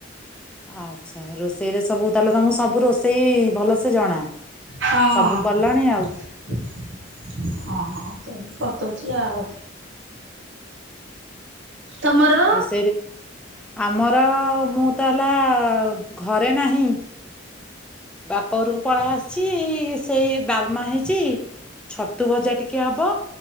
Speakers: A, in the centre; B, on the right.
A: ଆଚ୍ଛା ରୋଷେଇରେ ସବୁ ତାହେଲେ ତମୁକୁ ସବୁ ରୋଷେଇ ଭଲସେ ଜଣା।
B: ହଁ।
A: ସବୁ କଲଣି ଆଉ
B: ହଁ ହଁ ସେମିତି କରିଦଉଚି ଆଉ। ତମର
A: ରୋଷେଇରେ ଆମର ମୁଁ ତ ହେଲା ଘରେ ନାହିଁ। ବାପ ଘରୁକୁ ପଳେଇ ଆସିଚି ସେଇ ଡାଲମା ହେଇଚି ଛତୁ ଭଜା ଟିକେ ହବ